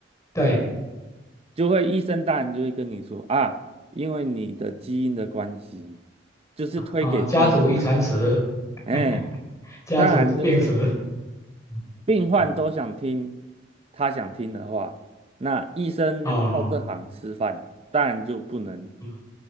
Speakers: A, on the left; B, on the right.
A: 对
B: 就会医生当然就会跟你说啊，因为你的基因的关系，就是推给基因啊。
A: 啊、家族遗传史，
B: 哎，
A: <laughs> 家族疾病史，
B: 当然就是
A: 嗯
B: 病患都想听
A: 嗯
B: 他想听的话，那医生就靠这行吃饭，
A: 哦，
B: 当然就不能，
A: 嗯，